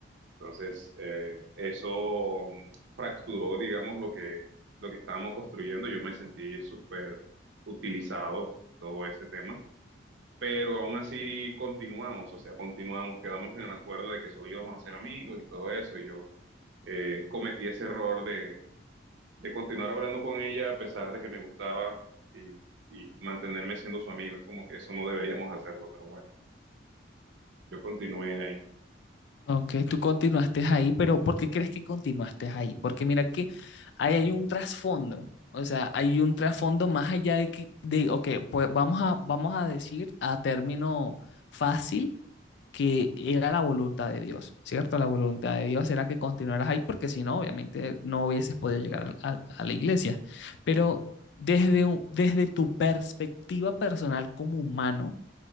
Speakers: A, on the right; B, on the left.
A: Entonces, eh, eso fracturó, digamos, lo que, lo que estábamos construyendo. Yo me sentí súper utilizado todo ese tema, pero aún así continuamos, o sea, continuamos, quedamos en el acuerdo de que solo íbamos a ser amigos y todo eso. Y yo eh, cometí ese error de, de continuar hablando con ella a pesar de que me gustaba y, y mantenerme siendo su amigo. Es como que eso no deberíamos hacerlo, pero bueno, yo continué ahí.
B: Ok, tú continuaste ahí, pero ¿por qué crees que continuaste ahí? Porque mira que ahí hay un trasfondo, o sea, hay un trasfondo más allá de que, de, ok, pues vamos a, vamos a decir a término fácil que era la voluntad de Dios, ¿cierto? La voluntad de Dios era que continuaras ahí, porque si no, obviamente no hubieses podido llegar a, a- a la iglesia. Pero desde, un- desde tu perspectiva personal como humano,